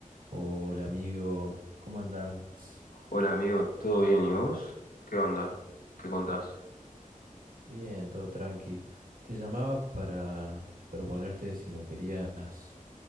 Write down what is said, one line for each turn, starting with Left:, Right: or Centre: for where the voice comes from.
Right: Hola amigo, ¿cómo andás?
Left: Hola amigo, ¿todo bien y vos? ¿Qué onda? ¿Qué contás?
Right: Bien, todo tranqui. Te llamaba para proponerte si no querías